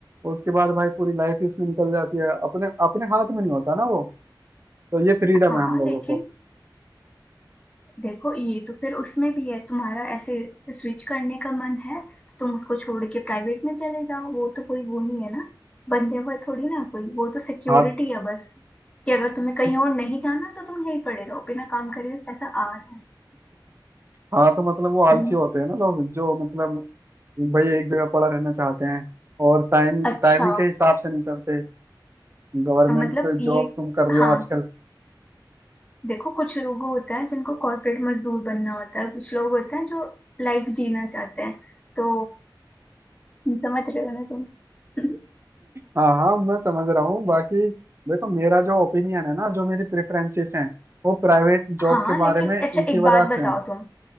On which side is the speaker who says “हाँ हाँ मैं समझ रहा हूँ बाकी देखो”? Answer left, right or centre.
Right